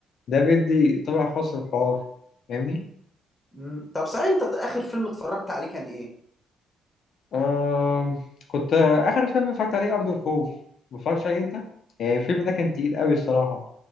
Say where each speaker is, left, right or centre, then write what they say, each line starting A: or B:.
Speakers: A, on the left; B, on the left.
A: ده بيدي طبع خاص للحوار فاهمني
B: مم. طب صحيح انت اخر فيلم اتفرجت عليه كان ايه
A: آه كنت آخر فيلم اتفرجت عليه أرض الخوف ما اتفرجتش عليه أنت؟ آه، الفيلم ده كان تقيل قوي الصراحة